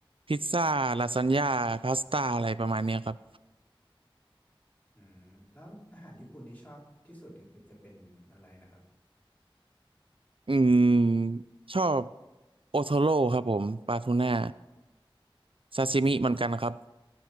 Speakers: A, on the right (about 75°); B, on the left (about 20°).
A: พิซซ่าลาซานญ่าพาสต้าอะไรประมาณเนี้ยครับ
B: อืมอืมแล้วอาหารญี่ปุ่นที่ชอบที่สุดเนี่ยจะเป็นอะไรนะครับ
A: อืมชอบโอโทโร่ครับผมปลาทูน่าซาชิมิเหมือนกันครับ
B: โอ้